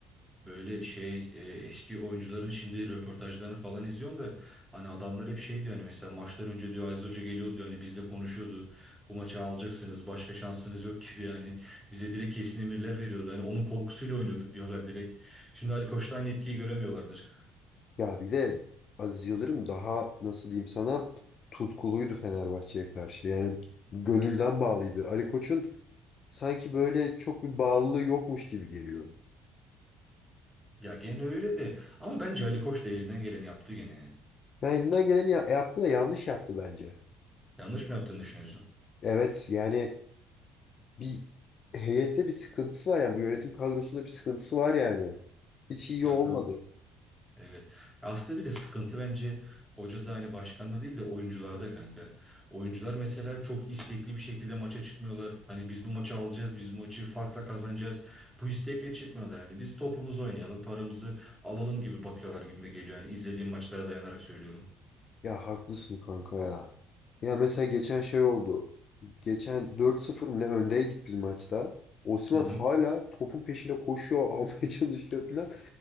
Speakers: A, in the centre; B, on the left.
A: Böyle şey e, eski oyuncuların şimdi röportajlarını falan izliyorum da hani adamlar hep şey diyor hani mesela maçlar önce diyor Aziz Hoca geliyor diyor hani bizle konuşuyordu. Bu maçı alacaksınız başka şansınız yok gibi yani. Bize direkt kesin emirler veriyordu. Hani onun korkusuyla oynuyorduk diyorlar direkt. Şimdi Ali Koç'ta aynı etkiyi göremiyorlardır.
B: Ya bir de Aziz Yıldırım daha nasıl diyeyim sana tutkuluydu Fenerbahçe'ye karşı. Yani gönülden bağlıydı. Ali Koç'un sanki böyle çok bir bağlılığı yokmuş gibi geliyor.
A: Ya gene öyle de ama bence Ali Koç da elinden geleni yaptı gene yani.
B: Yani elinden geleni ya- e, yaptı da yanlış yaptı bence.
A: Yanlış mı yaptığını düşünüyorsun?
B: Evet yani bir heyette bir sıkıntısı var yani bu yönetim kadrosunda bir sıkıntısı var yani. Hiç iyi
A: Ya
B: olmadı.
A: tabii. Evet. Aslında bir de sıkıntı bence hocada hani başkanda değil de oyuncularda kanka. Oyuncular mesela çok istekli bir şekilde maça çıkmıyorlar. Hani biz bu maçı alacağız, biz bu maçı farkla kazanacağız. Bu istekle çıkmıyorlar. Hani biz topumuzu oynayalım, paramızı alalım gibi bakıyorlar gibi geliyor. Hani izlediğim maçlara dayanarak söylüyorum.
B: Ya haklısın kanka ya. Ya mesela geçen şey oldu. Geçen 4-0 mı ne öndeydik biz maçta. Osman
A: Hı hı.
B: hala topun peşinde koşuyor, <laughs> almaya çalışıyor falan.